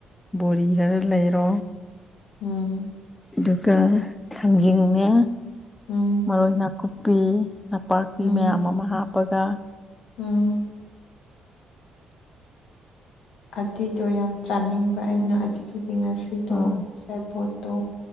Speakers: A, on the left (about 15°); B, on the left (about 75°).
A: ꯕꯣꯔꯤ ꯈꯔ ꯂꯩꯔꯣ
B: ꯎꯝ
A: ꯑꯗꯨꯒ ꯊꯥꯡꯖꯤꯡꯅ
B: ꯎꯝ
A: ꯃꯔꯣꯏ ꯅꯥꯀꯨꯞꯄꯤ ꯅꯄꯥꯛꯄꯤ
B: ꯎꯝ
A: ꯃꯌꯥꯝ ꯑꯃ ꯍꯥꯞꯄꯒ
B: ꯎꯝ ꯑꯗꯨꯗꯣ ꯌꯥꯝ ꯆꯥꯅꯤꯡꯕ ꯑꯩꯅ ꯑꯗꯨꯗꯨꯒꯤ ꯉꯁꯤꯗꯣ
A: ꯎꯝ
B: ꯁꯦꯕꯣꯠꯇꯣ